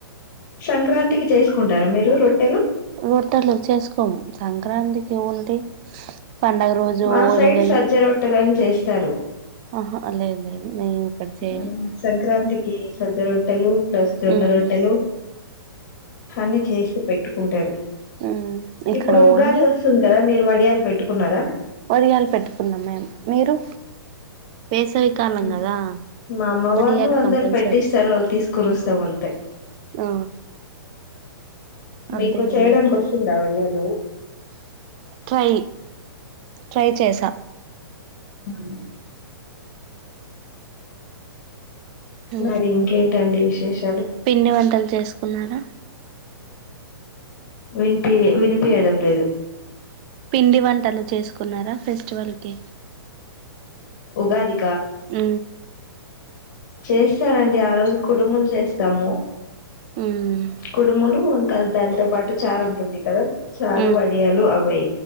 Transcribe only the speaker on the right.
రొట్టలు చేసుకోం సంక్రాంతికి ఓన్లీ పండగ రోజు
ఓలిగలు
ఆహా లేదు లేదు మేము ఇక్కడ చేయం
మ్మ్
మ్మ్ ఇక్కడ
ఓన్లీ
వడియాలు పెట్టుకున్నాం మేము మీరు వేసవి కాలం
కదా
వడియాలు
కంపల్సరీ
ఆ
అంతేలేండి
ట్రై ట్రై చేసా
ఊ
పిండి వంటలు చేసుకున్నారా
పిండి వంటలు చేసుకున్నారా ఫెస్టివల్ కి
ఊ
మ్మ్
మ్మ్